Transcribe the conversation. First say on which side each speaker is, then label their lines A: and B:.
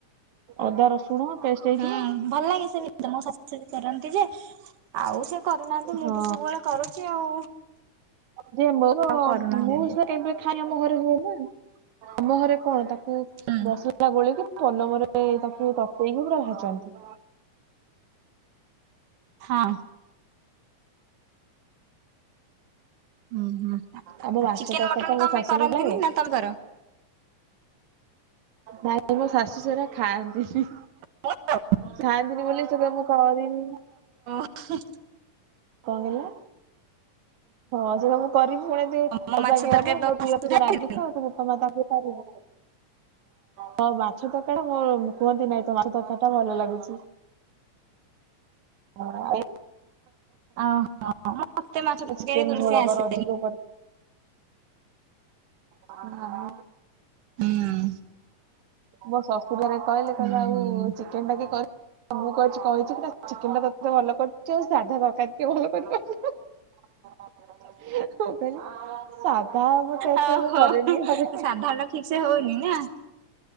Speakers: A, on the right; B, on the right.
A: ଅଦା ରସୁଣ ପେଷ୍ଟ ହେଇଥିବ।
B: ହୁଁ ଭଲ ଲାଗେ ସେ ତମ ଶାଶୁ କରନ୍ତି ଯେ ଆଉ ସେ କରୁନାହାନ୍ତି ମୁଁ
A: ହଁ
B: ତ ସବୁବେଳେ କରୁଚି ଆଉ
A: ଯେ ମୋର
B: ଆଉ କରୁନାହାନ୍ତି
A: ମୁଁ
B: ଏମିତି।
A: ସେ କେବେ ଖାଇ ଆମ ଘରେ ହୁଏ ନା ଆମ ଘରେ କଣ ତାକୁ
B: ହୁଁ
A: ଦଶ ଗଲା ଗୋଳିଇକି ପନମରେ ତାକୁ ତତେଇକି ପୁରା ଭାଜନ୍ତି।
B: ହଁ। ଉଁ ହୁଁ
A: ଆମ ମାଛ
B: ଚିକେନ
A: ତରକାରୀ
B: ମଟନ
A: ଟା ମୋ
B: କଣପାଇଁ
A: ଶାଶୁଙ୍କୁ
B: କରନ୍ତିନି
A: ଲାଗେ
B: ନା ତମେକର?
A: ନାଇଁ ମୋ ଶାଶୁ ସେଉରା ଖାଆନ୍ତିନି।
B: ମୁଁ କରେ
A: ଖାଆନ୍ତିନି ବୋଲି ଶେପା ମୁଁ କରେନି।
B: <inaudible>
A: କଣ କହିଲ? ହଁ ସେଇଟା ମୁଁ କରିବି ପୁଣି ଟି
B: ତମ
A: ଅବାଗିଆ
B: ମାଛ ତରକାରୀ
A: ହବ
B: ତମ
A: ମୋ
B: ଶାଶୁ
A: ଝିଅ ଟିକେ
B: ଖାଆନ୍ତିନି?
A: ରାଗି ତ ବୋପା ମା ତାକୁ କିଏ ପାରିବ? ହଁ ମାଛ ତରକାରୀ ଟା ମ କୁହନ୍ତି ନାହିଁ ତୋ ମାଛ ତରକାରୀ ଟା ଭଲ ଲାଗୁଚି। <unintelligible>
B: ଓହୋ ମତେ ମାଛ ତରକାରୀ
A: ଚିକେନ
B: ଭଲସେ
A: ଝୋଳ
B: ଆସେ।
A: କରନ୍ତି ଅଧିକ କର ହୁଁ
B: ହୁଁ
A: ମୋ ଶଶୁରଙ୍କ ର କହିଲେ କହିଲେ
B: ହୁଁ
A: ଆଉ
B: ହୁଁ।
A: ଚିକେନଟା କେ କରି ତ ମୁଁ କହିଚି କହିଚି ପୁରା ଚିକେନ ଟା ତତେ ଭଲ କରୁଚୁ ଆଉ ସାଧା ତରକାରୀ ଟିକେ ଭଲ କରିବ।
B: <inaudible>
A: ହଁ ହଁ ସାଧା ମତେ ଏତେ
B: ଓହୋ
A: ମୁଁ କରେନି ଘରେ
B: ସାଧା ଟା ଠିକ ସେ ହଉନି ନା?